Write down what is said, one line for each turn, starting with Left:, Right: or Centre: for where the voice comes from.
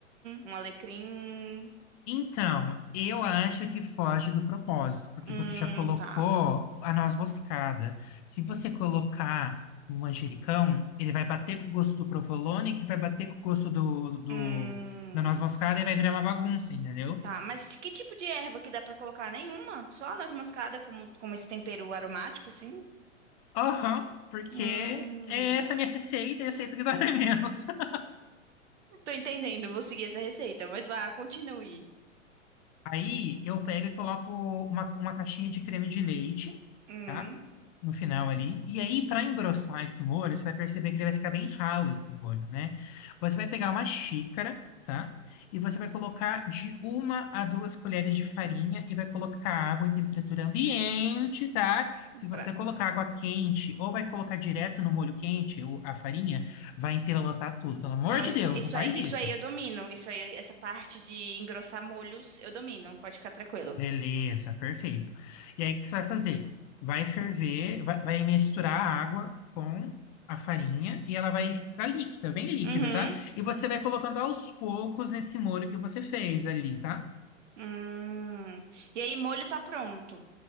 Right: um alecrim.
Left: Então, eu acho que foge do propósito, porque
Right: Hum,
Left: você já colocou
Right: tá.
Left: a noz moscada. Se você colocar o manjericão, ele vai bater com o gosto do provolone, que vai bater com o gosto do, do,
Right: Hum,
Left: da noz moscada e vai virar uma bagunça, entendeu?
Right: tá. Mas de que tipo de erva que dá pra colocar? Nenhuma? Só a noz moscada como, como esse tempero aromático, assim?
Left: Aham, porque
Right: Hum,
Left: é essa é a minha receita e aceito que dói menos. <laughs>
Right: tô entendendo, vou seguir essa receita, mas vá, continue.
Left: Aí eu pego e coloco uma, uma caixinha de creme de leite,
Right: Hum,
Left: tá? No final ali. E aí, para engrossar esse molho, você vai perceber que ele vai ficar bem ralo esse molho, né? Você vai pegar uma xícara, tá? E você vai colocar de uma a duas colheres de farinha e vai colocar água em temperatura ambiente, tá? Se você
Right: pra...
Left: colocar água quente ou vai colocar direto no molho quente, o- a farinha, vai empelotar tudo. Pelo amor
Right: Não,
Left: de
Right: isso,
Left: Deus,
Right: isso
Left: não faz
Right: aí, isso
Left: isso.
Right: aí eu domino. Isso aí, essa parte de engrossar molhos, eu domino. Pode ficar tranquilo.
Left: Beleza, perfeito. E aí, o que você vai fazer? Vai ferver, vai, vai misturar a água com a farinha e ela vai ficar líquida, bem líquida,
Right: Uhum.
Left: tá? E você vai colocando aos poucos nesse molho que você fez ali, tá?
Right: Hum. E aí, molho tá pronto.